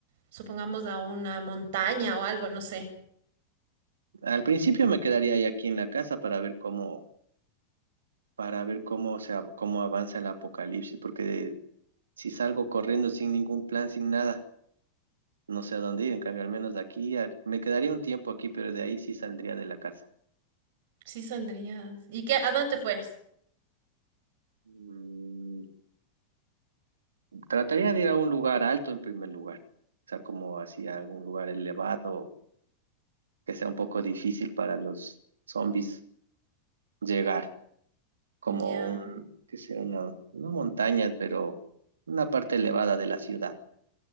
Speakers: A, on the right; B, on the right.
A: supongamos, a una montaña o algo? No sé.
B: Al principio me quedaría ahí aquí en la casa para ver cómo, para ver cómo se, av- cómo avanza el apocalipsis, porque si salgo corriendo sin ningún plan, sin nada, no sé a dónde ir. En cambio, al menos de aquí, al- me quedaría un tiempo aquí, pero de ahí sí saldría de la casa.
A: Sí saldrías. ¿Y qué? ¿A dónde te fueras?
B: Mm, Trataría de ir a un lugar alto en primer lugar, o sea, como hacia algún lugar elevado que sea un poco difícil para los zombies llegar, como
A: Ya,
B: un, que sea una, no montaña, pero una parte elevada de la ciudad